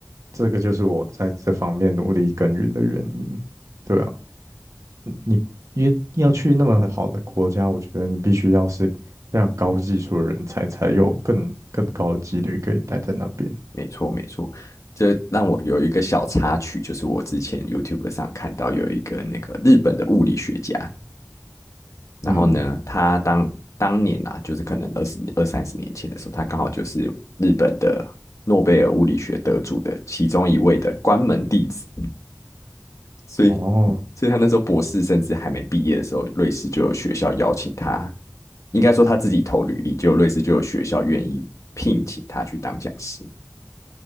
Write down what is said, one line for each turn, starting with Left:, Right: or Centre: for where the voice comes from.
Right: 这个就是我在这方面努力耕耘的原因。对啊。你因为要去那么好的国家，我觉得你必须要是非常高技术的人才，才有更更高的几率可以待在那边。
Left: 没错没错，这让我有一个小插曲，就是我之前 YouTube 上看到有一个那个日本的物理学家，然后呢，
Right: 嗯，
Left: 他当当年啊，就是可能二十二三十年前的时候，他刚好就是日本的诺贝尔物理学得主的其中一位的关门弟子，所以，
Right: 哦，
Left: 所以他那时候博士甚至还没毕业的时候，瑞士就有学校邀请他，应该说他自己投履历，就瑞士就有学校愿意聘请他去当讲师。